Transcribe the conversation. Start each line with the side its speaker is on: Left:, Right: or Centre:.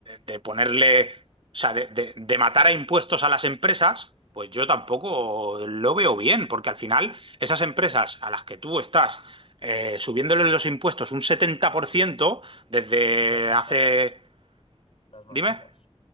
Right: de ponerle o sea, de, de- de matar a impuestos a las empresas, pues yo tampoco lo veo bien, porque al final esas empresas a las que tú estás eh, subiéndoles los impuestos un 70% desde
Left: es que las machacas,
Right: hace...
Left: las machacas,
Right: Dime.